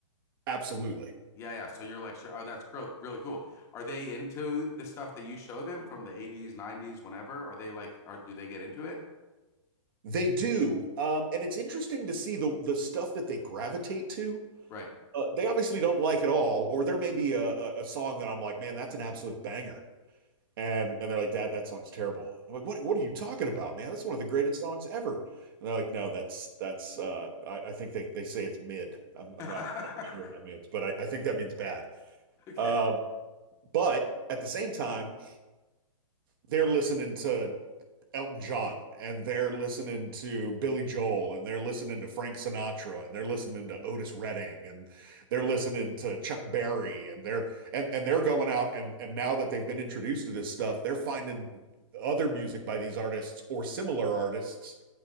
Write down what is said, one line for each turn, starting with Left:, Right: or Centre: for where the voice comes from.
Right: Absolutely,
Left: Yeah, yeah. So you're like, sure, oh, that's cr- really cool. Are they into the stuff that you show them from the 80s, 90s, whenever? Are they like, are do they get into it?
Right: they do. Um, and it's interesting to see the the stuff that they gravitate to
Left: Right.
Right: uh, they obviously don't like it all, or there may be a, a, a song that I'm like, man, that's an absolute banger. And and they're like, Dad, that song's terrible. I'm like, what what are you talking about, man? That's one of the greatest songs ever. And they're like, No, that's that's uh I, I think they, they say it's mid. I'm I'm not
Left: <laughs>
Right: sure what that means, but I, I think that means bad.
Left: Okay.
Right: Um, but at the same time, they're listening to Elton John and they're listening to Billy Joel and they're listening to Frank Sinatra and they're listening to Otis Redding and they're listening to Chuck Berry and they're and, and they're going out and and now that they've been introduced to this stuff, they're finding other music by these artists or similar artists